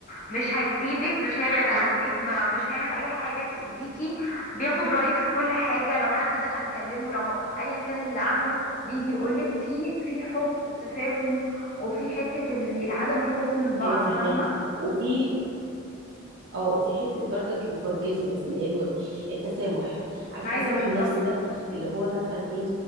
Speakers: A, on the left (about 40°); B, on the right (about 65°).
A: مش هيسيبك مش هيبعد عنك ما مش هيعمل اي حاجه تاذيكي بياخد رايك في كل حاجه لو حد دخل كلمه لو ايا كان اللي عمله بيجي يقولك في في حب وتفاهم وفي حته إن- العدم الخوف من بعض
B: ايوه فاهماكي
A: فاهمه
B: وفي اه وفي حته برضك الفورجيفنس اللي هي الم... التسامح عارفه
A: ايوه
B: التسامح
A: بالظبط
B: النفسي ده اللي هو مثلا ايه